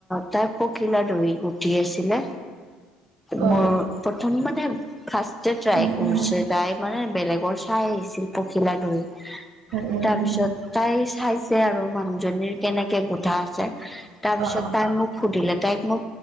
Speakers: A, in the centre; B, on the right (about 65°).
A: তাক পখিলা দহি উঠি আছিলে।
B: অ
A: মোৰ প্ৰথম মানে ফাৰ্ষ্ট যে ট্ৰাই
B: উম
A: কৰিছে
B: উম
A: তাই মানে বেলেগৰ চাই আহিছিল। পখিলা দহি
B: উম
A: তাৰপিছত
B: উম উম উম
A: তাই চাইছে আৰু মানুহজনীৰ কেনেকে গুঠা আছে তাৰপিছত
B: অ অ
A: তাই মোক সুধিলে তাইক মই